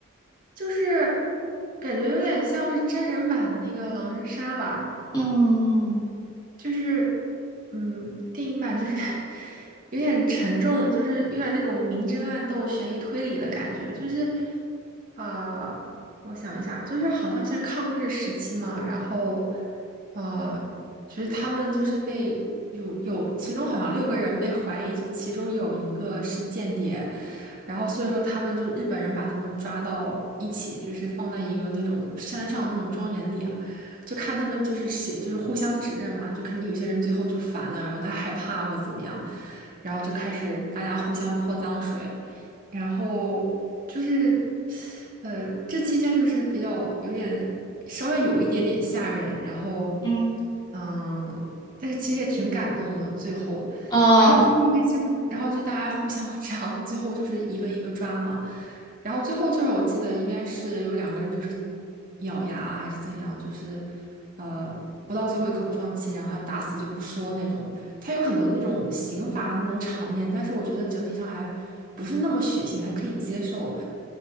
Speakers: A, on the right; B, on the left.
A: 就是感觉有点像是真人版那个狼人杀吧。
B: 嗯
A: 就是，嗯，电影版就是 <laughs> 有点沉重，就是有点那种明争暗斗、悬疑推理的感觉。就是，呃，我想一下，就是好像是在抗日时期嘛，然后，呃，就是他们就是被有有其中好像六个人被怀疑，就其中有一个是间谍，然后所以说他们就日本人把他们抓到一起，就是放在一个那种山上那种庄园里啊。就看他们就是写，就是互相指认嘛，就肯定有些人最后就烦了，然后他害怕或怎么样，然后就开始大家互相泼脏水，然后就是，呃，这期间就是比较有点稍微有一点点吓人，然后，
B: 嗯
A: 嗯，但是其实也挺感动的，最后，
B: 哦
A: 然后就是因为这部，然后就大家互相 <laughs> 这样，最后就是一个一个抓嘛。然后最后就是我记得应该是有两个人就是咬牙啊还是怎样，就是呃不到最后一刻不放弃，然后他打死就不说那种。他有很多那种刑罚那种场面，但是我觉得整体上还不是那么血腥，还可以接受。